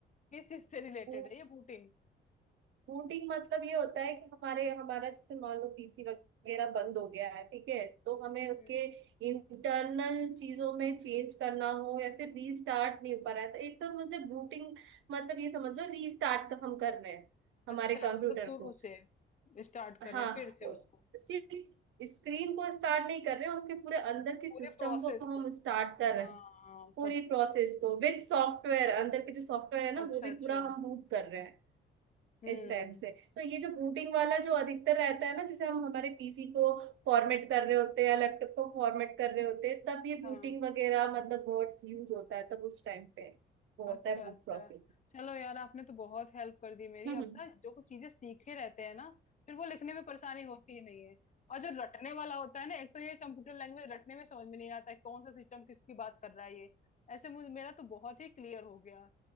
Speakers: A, on the left; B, on the right.
A: किस चीज से रिलेटेड
B: वो
A: है ये बूटिंग
B: बूटिंग मतलब ये होता है कि हमारे हमारा जैसे मान लो पीसी वगैरह बंद हो गया है ठीक है तो हमें उसके
A: हम्म
B: इंटरनल चीजों में चेंज करना हो या फिर रीस्टार्ट नहीं हो पा रहा है तो एक सब मतलब बूटिंग मतलब ये समझ लो रीस्टार्ट का हम कर रहे हैं हमारे
A: अच्छा अच्छा
B: कंप्यूटर
A: मतलब शुरू
B: को
A: से स्टार्ट कर
B: हाँ
A: रहे हैं फिर से
B: तो
A: उसको
B: सिर्फ स्क्रीन को स्टार्ट नहीं कर रहे हैं उसके पूरे अंदर के
A: पूरे
B: सिस्टम
A: प्रोसेस
B: को हम
A: को
B: स्टार्ट कर
A: हाँ
B: रहे हैं
A: हाँ
B: पूरी
A: सबको
B: प्रोसेस को विद सॉफ्टवेयर अंदर के जो सॉफ्टवेयर है
A: अच्छा
B: ना वो भी
A: अच्छा
B: पूरा हम बूट कर रहे हैं
A: हम्म
B: इस टाइप से तो ये जो बूटिंग वाला जो अधिकतर रहता है ना जैसे हम हमारे पीसी को फॉर्मेट कर रहे होते हैं या लैपटॉप को फॉर्मेट कर रहे होते हैं तब ये
A: हाँ
B: बूटिंग वगैरह मतलब वर्ड्स यूज होता है तब उस टाइम पे वो
A: अच्छा
B: होता है बूट
A: अच्छा
B: प्रोसेस
A: चलो यार आपने तो बहुत हेल्प कर दी मेरी
B: <laughs>
A: अब ना जो कुछ चीजें सीखे रहते हैं ना फिर वो लिखने में परेशानी होती ही नहीं है और जो रटने वाला होता है ना एक तो ये कंप्यूटर लैंग्वेज रटने में समझ में नहीं आता है कौन सा सिस्टम किसकी बात कर रहा है ये ऐसे मुझे मेरा तो बहुत ही क्लियर हो गया